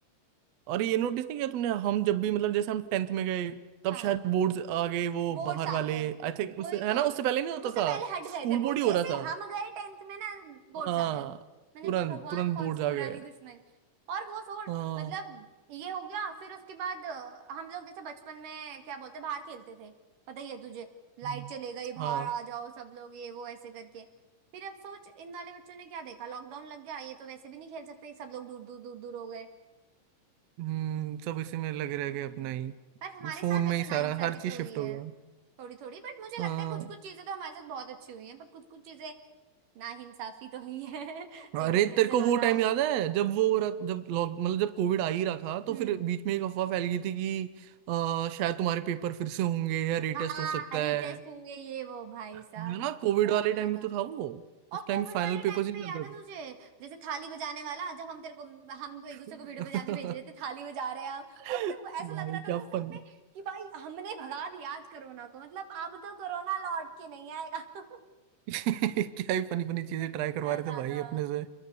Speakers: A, on the right (about 65°); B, on the right (about 80°).
A: अरे ये नोटिस नहीं किया तुमने हम जब भी मतलब जैसे हम टेंथ में गए तब
B: हाँ
A: शायद बोर्ड्स आ गए वो
B: बोर्ड्स
A: बाहर
B: आ
A: वाले
B: गए
A: आई थिंक
B: वही
A: उससे है
B: तो
A: ना उससे पहले नहीं होता
B: उससे
A: था
B: पहले हट गए
A: स्कूल
B: थे बोर्ड
A: बोर्ड ही
B: जैसे
A: हो रहा
B: ही
A: था
B: हम गए टेंथ में ना बोर्ड्स
A: हाँ
B: आ गए मैंने
A: तुरंत
B: मतलब भगवान
A: तुरंत
B: कौन
A: बोर्ड
B: सी
A: आ
B: पुरानी
A: गए
B: दुश्मनी और वो छोड़
A: हाँ
B: मतलब ये हो गया फिर उसके बाद अ, हम लोग जैसे बचपन में क्या बोलते बाहर खेलते थे पता ही है तुझे लाइट
A: हम्म,
B: चले गई बाहर
A: हाँ
B: आ जाओ सब लोग ये वो ऐसे करके फिर अब सोच इन वाले बच्चों ने क्या देखा लॉकडाउन लग गया ये तो वैसे भी नहीं खेल सकते सब लोग दूर दूर दूर दूर हो गए
A: हम्म सब इसी में लगे
B: हम्म।
A: रह गए अपना ही
B: पर हमारे
A: फोन
B: साथ
A: में
B: ऐसे
A: ही
B: नाइंसाफी
A: सारा हर चीज
B: तो हुई
A: शिफ्ट
B: है
A: हो गया
B: थोड़ी थोड़ी बट मुझे
A: हाँ
B: लगता है कुछ कुछ चीजें तो हमारे साथ बहुत अच्छी हुई हैं पर कुछ कुछ चीजें नाइंसाफी तो हुई है <laughs>
A: अरे
B: पेपर कैंसिल
A: तेरे को
B: होना
A: वो टाइम याद है जब वो हो रहा जब लॉक मतलब जब कोविड आ ही रहा था तो
B: हम्म
A: फिर बीच में एक अफवाह फैल गई थी कि अ, शायद तुम्हारे पेपर फिर से होंगे या रीटेस्ट
B: हाँ
A: हो सकता
B: रीटेस्ट
A: है
B: होंगे ये वो भाई
A: है
B: साहब
A: ना कोविड
B: बहुत
A: वाले
B: ज्यादा
A: टाइम में तो था वो
B: और
A: उस टाइम
B: कोविड
A: फाइनल
B: वाले
A: पेपर
B: टाइम
A: ही
B: पे
A: चल
B: याद
A: रहे
B: है तुझे जैसे थाली बजाने वाला जब हम तेरे को हम
A: थे
B: एक दूसरे को वीडियो बजा के भेज रहे थे थाली बजा रहे हैं हम
A: <laughs>
B: और मतलब ऐसा
A: भाई
B: लग रहा था
A: क्या
B: ना उस टाइम
A: फन
B: पे कि भाई हमने भगा दिया आज कोरोना को मतलब अब तो कोरोना लौट के नहीं आएगा <laughs>
A: <laughs> क्या ही फनी फनी चीजें
B: अरे
A: ट्राई
B: कितना
A: करवा रहे
B: ज्यादा
A: थे भाई अपने से